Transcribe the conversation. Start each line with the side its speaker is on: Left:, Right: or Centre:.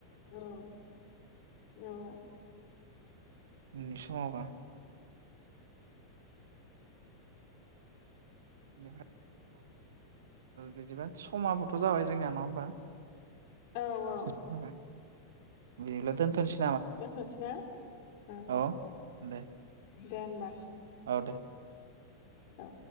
Left: औ औ
Right: उननि समावबा <unintelligible> बिदिबा समाबोथ' जाबाय जोंनिया नङा होमबा
Left: औ औ
Right: जाबाय बिदिब्ला दोनथसै
Left: दोनथ'नोसै ना ओं
Right: औ दे
Left: दे होमबा
Right: औ दे
Left: औ